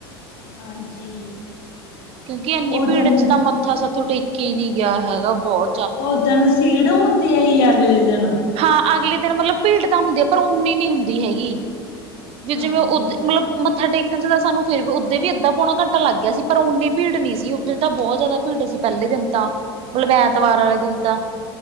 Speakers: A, on the left; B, on the right.
A: ਹਾਂਜੀ।
B: ਕਿਉਂਕਿ ਐਨੀ
A: ਓਦਣ
B: ਭੀੜ 'ਚ ਤਾਂ ਮੱਥਾ ਸਾਥੋਂ ਟੇਕਿਆ ਈ ਨੀ ਗਿਆ ਹੈਗਾ ਬਹੁ
A: ਓਦਨ ਸੀੜ ਹੁੰਦੀ ਆਈ ਅਗਲੇ ਦਿਨ?
B: ਹਾਂ ਅਗਲੇ ਦਿਨ ਮਤਲਬ ਭੀੜ ਤਾਂ ਹੁੰਦੀ ਆ ਪਰ ਉਨੀ ਨੀ ਹੁੰਦੀ ਹੈਗੀ। ਵੀ ਜਿਵੇਂ
A: ਹਾਂਜੀ,
B: ਉਦ ਮਤਲਬ ਮੱਥਾ ਟੇਕਣ 'ਚ ਤਾਂ ਸਾਨੂੰ ਫੇਰ ਉਦੇ ਵੀ ਅੱਧਾ ਪੌਣਾ ਘੰਟਾ ਲੱਗ ਗਿਆ ਸੀ ਪਰ ਉਨੀ ਭੀੜ ਨੀ ਸੀ ਉਦਣ ਤਾਂ ਬੋਤ ਜ਼ਿਆਦਾ ਭੀੜ ਸੀ ਪੈਲੇ ਦਿਨ ਤਾਂ। ਮਲਬ ਐਤਵਾਰ ਆਲੇ ਦਿਨ ਤਾਂ।